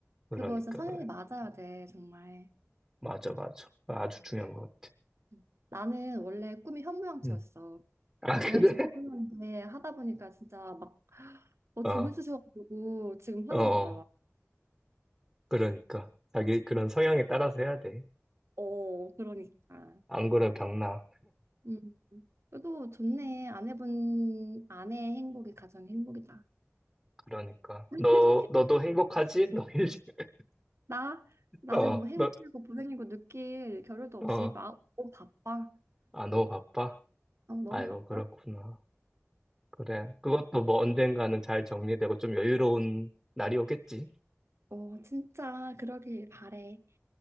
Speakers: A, in the centre; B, on the right (about 60°).
A: 그러니까,
B: 그거 진짜 성향이
A: 그래.
B: 맞아야 돼, 정말.
A: 맞아, 맞아. 아주
B: 음,
A: 중요한 것 같아.
B: 음. 나는 원래 꿈이 현모양처였어.
A: 음. <laughs> 아, 응.
B: 저번주
A: 그래?
B: 끝났는데 하다 보니까 진짜 막
A: <laughs>
B: 어,
A: 어,
B: 점이 쑤셔가지고 지금
A: 어,
B: 하는 것 봐라.
A: 그러니까. 자기 그런 성향에 따라서 해야 돼.
B: 어, 그러니까.
A: 안 그러면 병나.
B: 음. 그래도 좋네. 아내분 아내의 행복이 가장 행복이다.
A: 그러니까.
B: <laughs>
A: 너, 너도 행복하지? 너 일, <laughs>
B: 나 나는
A: 어,
B: 뭐 행복이고
A: 너,
B: 불행이고 느낄 겨를도 없이
A: 어.
B: 막 너무 바빠.
A: 아, 너무 바빠?
B: 아, 너무
A: 아이고,
B: 바빠.
A: 그렇구나. 그래. 그것도 뭐 언젠가는 잘 정리되고 좀 여유로운 날이 오겠지.
B: 어, 진짜 그러길 바래.